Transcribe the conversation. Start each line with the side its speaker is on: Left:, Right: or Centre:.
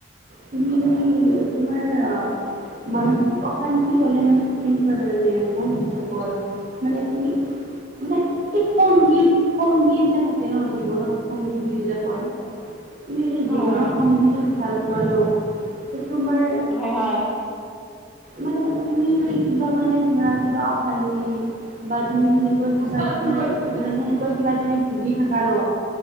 Right: তুমি যদি তোমাৰ অ'। মানসিক অশান্তি হ'লে মানে কেনকুৱা জানানে মোৰ হিচাপত মানে তুমি <unintelligible> সংগীত, সংগী যে থাকে ন' জীৱনত সংগী বুলি যে কয়। তুমি
Centre: হয়
Right: জীৱনৰ
Centre: হয়
Right: সংগীজন ভাল পোৱা ন' <unintelligible> তোমাৰ
Centre: হয় হয়
Right: মানে কি <unintelligible> কিবা মানে ধৰা কিবা অশান্তি বা তুমি সেনেকুৱা কিবা মানে তেনেকুৱা কিবা যদি ভুগি থাকা ন'।